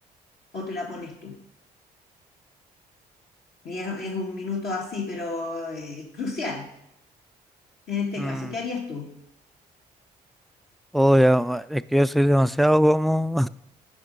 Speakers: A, on the left; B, in the centre.
A: o te la pones tú? Y es, es un minuto así, pero eh, crucial. En este
B: mm.
A: caso, ¿qué harías tú?
B: Oh, ya, ma- es que yo soy demasiado como